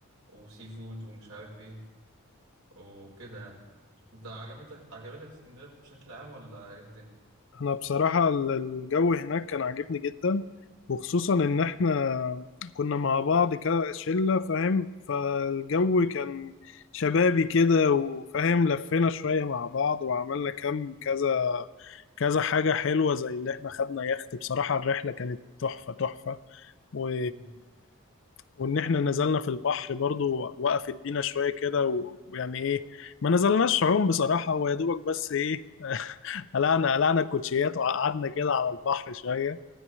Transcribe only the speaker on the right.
وسي فود ومش عارف إيه وكده يعني. انت عجبتك عجبتك اسكندريه بشكل عام ولا ايه الدنيا
مم.